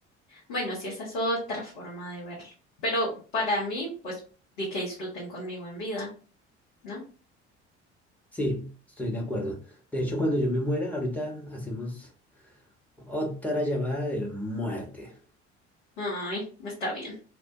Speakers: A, on the left; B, in the centre.
A: Bueno, sí, esa es otra forma de verlo. Pero para mí, pues, di que disfruten conmigo en vida, ¿no?
B: Sí, estoy de acuerdo. De hecho, cuando yo me muera, ahorita hacemos otra llamada de muerte.
A: Ay, está bien.